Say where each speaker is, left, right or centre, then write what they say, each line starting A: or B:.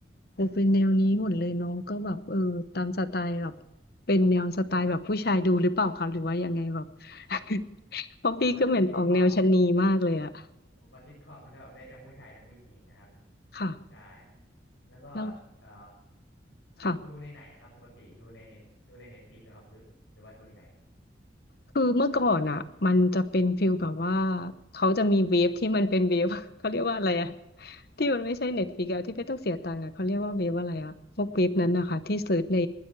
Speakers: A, on the left (about 55°); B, on the left (about 80°).
A: เออเป็นแนวนี้หมดเลยเน้องก็แบบเออตามสไตล์แบบเป็นแนวสไตล์แบบผู้ชายดูหรือเปล่าครับหรือว่ายังไงแบบ <laughs> เพราะพี่ก็เหมือนออกแนวชะนีมากเลยอะ
B: ผมว่าซิทคอมผมว่าซิทคอมมันก็แบบได้ทั้งผู้ชายทั้งผู้หญิงนะครับ
A: ค่ะ
B: ใช่แล้วก็เอ่อ
A: แล้วค่ะ
B: ดูในไหนครับปกติดูในเน็ตดูในเน็ตฟลิกซ์ครับหรือหรือว่าดูในไหน
A: คือเมื่อก่อนอะมันจะเป็นฟิลแบบว่าเขาจะมีเว็บที่มันเป็นเว็บ <laughs> เขาเรียกว่าอะไรอะ <laughs> ที่มันไม่ใช่เน็ตฟลิกซ์อะที่ไม่ต้องเสียตังค์อะเขาเรียกว่าเวฟอะไรอะพวกเวฟนั้นนะคะที่เสิร์ชใน